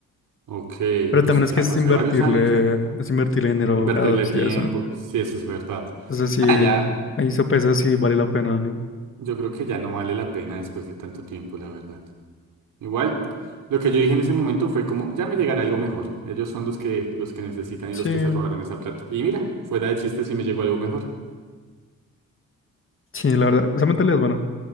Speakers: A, on the right (about 85°); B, on the left (about 40°).
A: ok,
B: Pero
A: pues
B: también es
A: ya
B: que es
A: fue
B: invertirle,
A: hace varios años, ¿eh?
B: es invertirle dinero a
A: Invertirle
B: abogados
A: tiempo,
B: y eso.
A: sí, eso es verdad.
B: Entonces sí,
A: Nada, ya,
B: ahí sopesa si vale la pena o no.
A: yo creo que ya no vale la pena después de tanto tiempo, la verdad. Igual, lo que yo dije en ese momento fue como, ya me llegará algo mejor. Ellos son los que, los que necesitan
B: Sí,
A: y los que se robaron esa plata. Y mira, fuera de chistes sí me llegó algo mejor.
B: sí, la verdad. Esa mentalidad es buena.